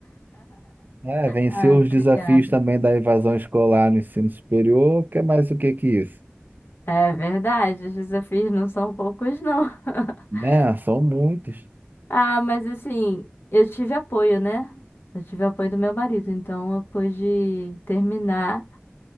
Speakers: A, on the right (about 45°); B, on the left (about 60°).
A: É, venceu
B: Ah, obrigada.
A: os desafios também da evasão escolar no ensino superior, que é mais o que que isso?
B: É verdade, os desafios não são poucos, não. <laughs>
A: Né? São muitos.
B: Ah, mas assim, eu tive apoio, né? Eu tive apoio do meu marido, então eu pude terminar.